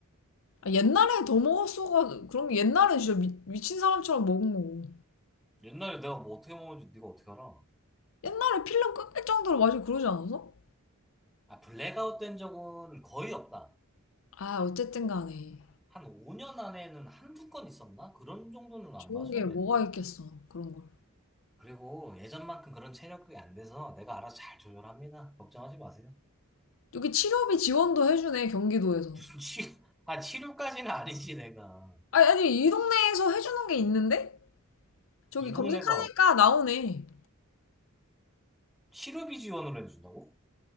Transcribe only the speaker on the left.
아, 옛날에 더 먹었어가 그런 게 옛날에 진짜 미, 미친 사람처럼 먹은 거고.
옛날에 필름 끊길 정도로 마시고 그러지 않았어?
아, 어쨌든 간에.
좋은
게 뭐가
있겠어, 그런 걸.
여기 치료비 지원도 해주네, 경기도에서.
아니, 아니, 이 동네에서 해주는 게 있는데? 저기
검색하니까
나오네.